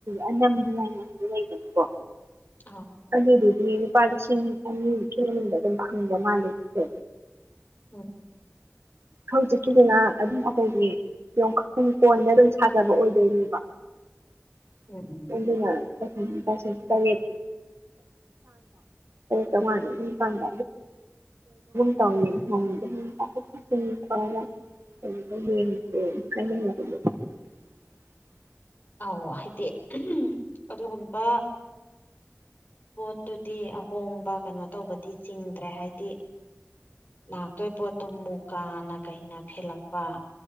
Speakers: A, on the right; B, on the left.
A: ꯑꯅꯝꯕ ꯂꯥꯏ ꯂꯩꯕꯅꯦꯀꯣ
B: ꯑꯥꯎ
A: ꯑꯗꯨꯗꯗꯤ ꯂꯨꯄꯥ ꯂꯤꯁꯤꯡ ꯑꯅꯤꯃꯨꯛꯀꯤ ꯃꯅꯨꯡꯗ ꯑꯗꯨꯝ ꯐꯪꯕ ꯃꯥꯜꯂꯦꯕ ꯀꯣ
B: ꯎꯝ
A: ꯍꯧꯖꯤꯛꯀꯤꯁꯤꯅ ꯑꯗꯨꯝ ꯑꯩꯈꯣꯏꯒꯤ ꯌꯣꯡꯈ ꯀꯣꯟꯗ ꯑꯗꯨꯝ ꯁꯥꯖꯜ ꯑꯣꯏꯗꯣꯏꯅꯦꯕ <unintelligible>
B: ꯎꯝ ꯎꯝ
A: ꯇꯔꯦꯠ <unintelligible> ꯇꯔꯦꯠ ꯆꯝꯉꯥ <unintelligible> ꯇꯧꯋꯤ <unintelligible>
B: ꯑꯧ ꯍꯥꯏꯗꯤ ꯑꯗꯨꯒꯨꯝꯕ ꯄꯣꯠꯇꯨꯗꯤ ꯑꯍꯣꯡꯕ ꯀꯩꯅꯣ ꯇꯧꯕꯗꯤ ꯆꯤꯡꯗ꯭ꯔꯦ ꯍꯥꯏꯗꯤ ꯂꯥꯛꯇꯣꯏ ꯄꯣꯠꯇꯣ ꯃꯨꯀꯥꯅ ꯀꯩꯅ ꯐꯦꯜꯂꯛꯄ